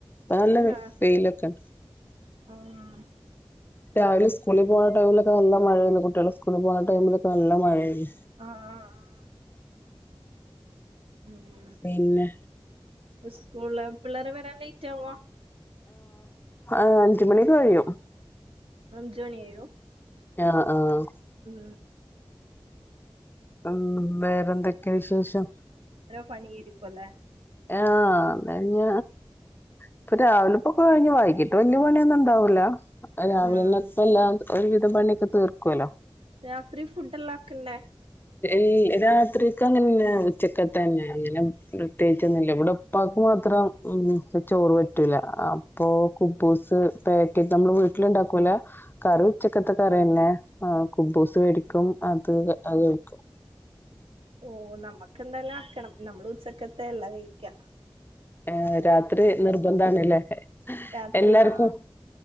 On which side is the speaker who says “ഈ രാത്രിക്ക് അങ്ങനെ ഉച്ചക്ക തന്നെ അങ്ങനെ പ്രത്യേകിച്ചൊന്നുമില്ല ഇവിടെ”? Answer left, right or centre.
Left